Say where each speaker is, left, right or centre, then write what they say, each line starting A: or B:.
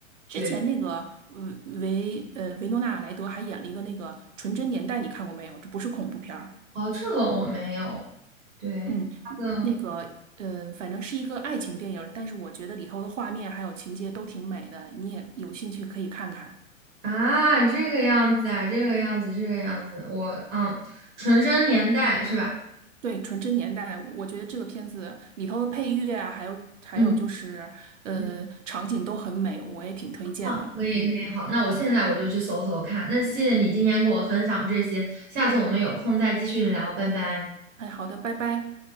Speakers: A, on the right (about 65°); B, on the right (about 40°).
A: 之前那个呃维呃维诺纳莱德还演了一个那个《纯真年代》，
B: 对，
A: 你看过没有？这不是恐怖片儿。
B: 哦，这个我没有，对，
A: 嗯，
B: 他的。
A: 那个呃，反正是一个爱情电影儿，但是我觉得里头的画面还有情节都挺美的，你也有兴趣可以看看。
B: 啊，这个样子啊，这个样子，这个样子，我嗯，纯真年代是吧？
A: 对，《纯真年代》，我觉得这个片子里头的配乐啊，还有还有就是呃，
B: 嗯嗯，
A: 场景都很美，我也挺推荐的。
B: 好，可以可以，
A: 嗯，
B: 好，那我现在我就去搜搜看。那谢谢你今天跟我分享这些，下次我们有空再继续聊，拜拜。
A: 哎，好的，拜拜。